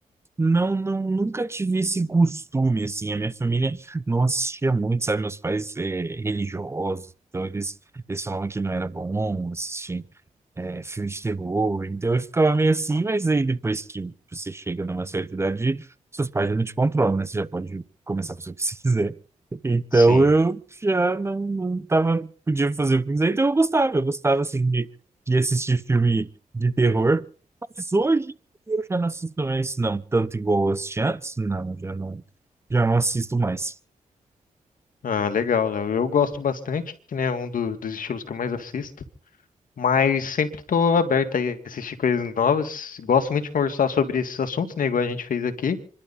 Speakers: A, on the right; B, on the left.
A: não, não nunca tive esse costume, assim. A minha família não assistia muito, sabe? Meus pais é, religiosos, então eles, eles falavam que não era bom assistir é, filmes de terror. Então eu ficava meio assim, mas aí depois que você chega numa certa idade, seus pais já não te controlam, né? Você já pode começar a fazer o que <laughs> você quiser. Então
B: Sim.
A: eu já não, não tava, podia fazer o que quiser. Então eu gostava, eu gostava assim de, de assistir filme de terror. Mas hoje eu já não assisto mais, não, tanto igual eu assisti antes, não, já não, já não assisto mais.
B: Ah, legal, Léo. Eu gosto bastante, né? Um do- dos estilos que eu mais assisto. Mas sempre tô aberto aí a assistir coisas novas. Gosto muito de conversar sobre esses assuntos, né, igual a gente fez aqui,